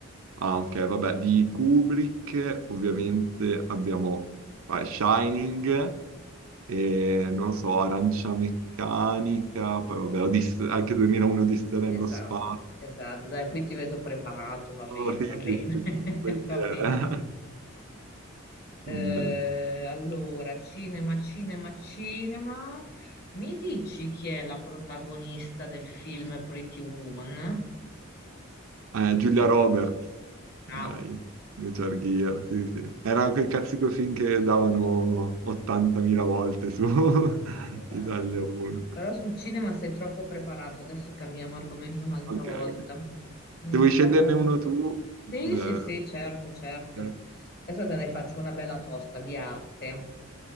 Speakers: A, on the right (about 75°); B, on the left (about 50°).
A: Ah, ok, vabbè, di Kubrick eh, ovviamente abbiamo eh, Shining, e, non so, Arancia Meccanica, poi vabbè, Odisse- anche 2001 Odissea nello
B: Esatto,
A: spazio.
B: esatto. Dai, qui ti vedo preparato, va bene,
A: Oh, sì,
B: va
A: sì,
B: bene, <laughs>
A: sì, Kubrick,
B: va bene.
A: eh.
B: Eh,
A: <laughs> Non me-
B: allora, cinema, cinema, cinema. Mi dici chi è la protagonista del film Pretty Woman?
A: Eh, Giulia Roberts, dai,
B: Bravo.
A: Richard Gere, sì, sì. Era quel cazzico film che davano 80.000 volte su <laughs>
B: Esatto, esatto.
A: Italia 1.
B: Però sul cinema sei troppo preparato. Adesso cambiamo argomento un'altra
A: Ok,
B: volta.
A: ok.
B: Mm,
A: Se vuoi
B: Facciamo...
A: sceglierne uno tu...
B: Sì,
A: eh,
B: sì, sì, certo, certo.
A: eh.
B: Adesso te ne faccio una bella tosta di arte.